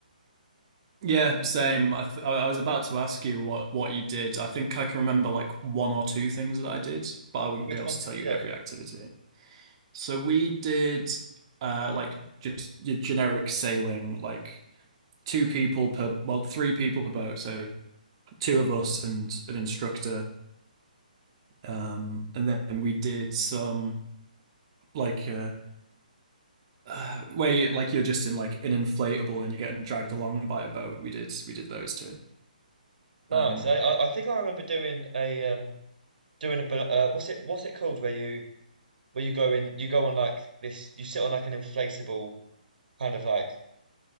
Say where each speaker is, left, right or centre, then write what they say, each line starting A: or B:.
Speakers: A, on the right; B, on the right.
A: Yeah, same. I, th I was about to ask you what what you did. I think I can remember like one or two things that I did, but I wouldn't
B: Which
A: be able
B: ones
A: to tell
B: did
A: you
B: you do?
A: every activity. So we did uh like just your generic sailing, like two people per well, three people per boat, so two of us and an instructor. Um and then we did some like uh, <sighs> uh where you like you're just in like an inflatable and you're getting dragged along by a boat. We did we did those two.
B: Nice.
A: Um
B: I I, I think I remember doing a um doing a bal- uh, what's it what's it called where you where you go in you go on like this you sit on like an inflatable kind of like